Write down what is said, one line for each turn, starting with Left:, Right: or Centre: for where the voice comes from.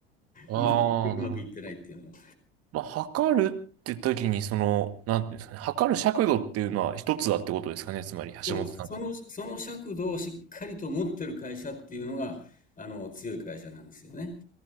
Right: ああ、
Left: うまくいって、うまくいってないっていうのは。
Right: なるほど。まあ、測るって時に、その、なんていうんですかね、測る尺度っていうのは一つだってことですかね、つまり、
Left: そう、
Right: 橋本さん的に。
Left: その、その尺度をしっかりと持ってる会社っていうのが、あの、強い会社なんですよね。